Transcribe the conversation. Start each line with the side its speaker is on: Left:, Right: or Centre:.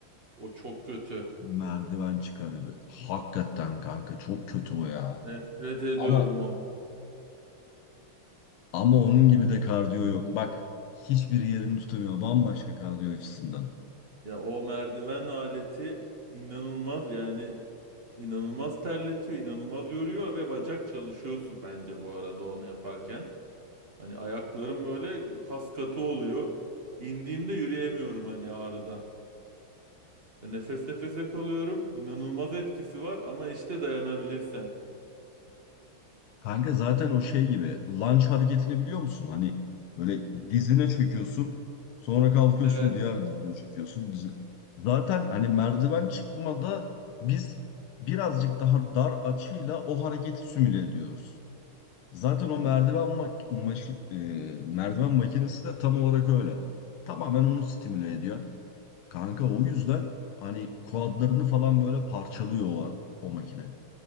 Right: O çok kötü.
Left: merdiven çıkarıyor. Hakikaten kanka çok kötü o ya.
Right: Nefret ediyorum
Left: Ama
Right: onu.
Left: ama onun gibi de kardiyo yok. Bak hiçbir yerini tutamıyor bambaşka kardiyo açısından.
Right: Ya o merdiven aleti inanılmaz yani İnanılmaz terletiyor, inanılmaz yoruyor ve bacak çalışıyorsun bence bu arada onu yaparken. Hani ayaklarım böyle kas katı oluyor. İndiğimde yürüyemiyorum hani ağrıdan. Nefes nefese kalıyorum. İnanılmaz etkisi var ama işte dayanabilirsen.
Left: Kanka zaten o şey gibi lunge hareketini biliyor musun? Hani böyle dizine çöküyorsun sonra kalkıyorsun
Right: Evet.
Left: diğer dizine çöküyorsun. Dizi. Zaten hani merdiven çıkmada biz birazcık daha dar açıyla o hareketi simüle ediyoruz. Zaten o merdiven mak maşi- e, merdiven makinesi de tam olarak öyle. Tamamen onu stimüle ediyor. Kanka o yüzden hani kuadlarını falan böyle parçalıyor o, o makine.